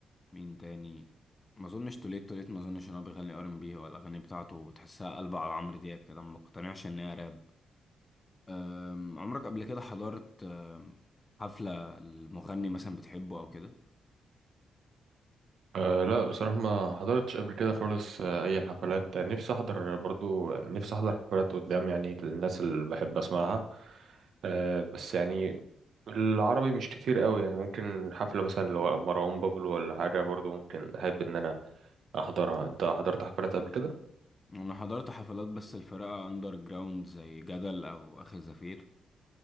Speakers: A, on the left; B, on the right.
A: مين تاني ما اظنش توليت توليت ما اظنش ان هو بيغني ار ام بي ولا الاغاني بتاعته تحسها قلبه على عمرو دياب كده ما بقتنعش ان هي راب أم، عمرك قبل كده حضرت أم، حفلة المغني مثلا بتحبه أو كده؟
B: أه لا بصراحة ما حضرتش قبل كده خالص آه، أي حفلات آه، نفسي أحضر برضو نفسي أحضر حفلات قدام يعني الناس اللي بحب أسمعها آه بس يعني العربي مش كتير قوي يعني ممكن حفلة مثلا لو مروان بابلو ولا حاجة برضو ممكن أحب إن أنا أحضرها أنت حضرت حفلات قبل كده؟
A: أنا حضرت حفلات بس الفرقة أندر جراوند زي جدل أو آخر زفير